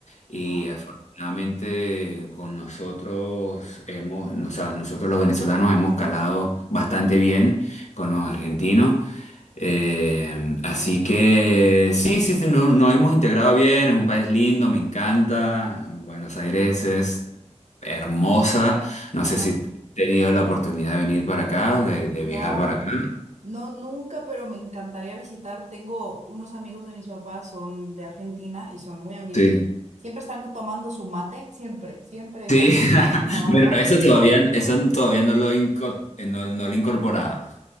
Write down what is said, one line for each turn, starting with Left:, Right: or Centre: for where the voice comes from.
Left: Y
Right: Ajá,
Left: afortunadamente con nosotros hemos, o sea, nosotros los venezolanos hemos calado bastante bien con los argentinos. Eh, así que sí, sí, sí, no- nos hemos integrado bien, es un país lindo, me encanta. Buenos Aires es hermosa. No
Right: ajá.
Left: sé si he tenido la oportunidad de venir para acá, de, de
Right: No,
Left: viajar para acá.
Right: no nunca, pero me encantaría visitar. Tengo unos amigos de mis papás, son de Argentina y son muy amigos.
Left: Sí.
Right: Siempre están tomando su mate, siempre, siempre están
Left: Sí,
Right: con
Left: <laughs>
Right: su mate en la mano.
Left: bueno, eso todavía, eso todavía no lo he inco- no no lo he incorporado.